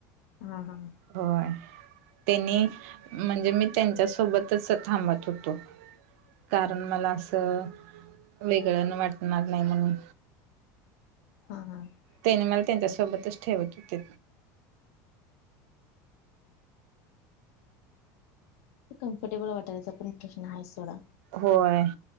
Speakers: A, on the left; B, on the right.
A: हां हां
B: हो त्यांनी म्हणजे मी त्यांच्या सोबतच थांबत होतो कारण मला असं वेगळं न वाटणार नाही म्हणून
A: हा हा ते
B: त्याने मला त्यांच्यासोबतच ठेवत होते
A: कम्फर्टेबल वाटायचा पण प्रश्न आहे सथोडा
B: होय